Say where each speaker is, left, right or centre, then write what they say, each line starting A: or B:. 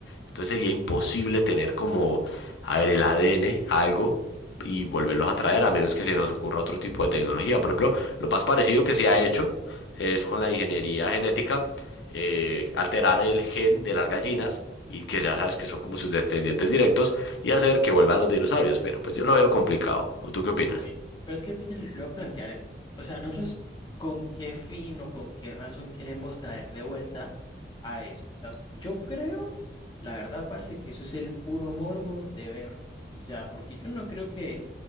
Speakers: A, on the left; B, on the left.
A: Entonces sería imposible tener como, a ver, el ADN, algo, y volverlos a traer, a menos que se nos ocurra otro tipo de tecnología. Por ejemplo, lo más parecido que se ha hecho es con la ingeniería genética, eh, alterar el gen de las gallinas, y que ya sabes que son como sus descendientes directos, y hacer que vuelvan los dinosaurios. Pero pues yo lo veo complicado. ¿O tú qué opinas?
B: Ok, pero es que pille, le voy a plantear esto. O sea, nosotros con qué fin o con qué razón queremos traer de vuelta a eso. O sea, yo creo, la verdad, parce, que eso es el puro morbo de verlos y ya, porque yo no creo que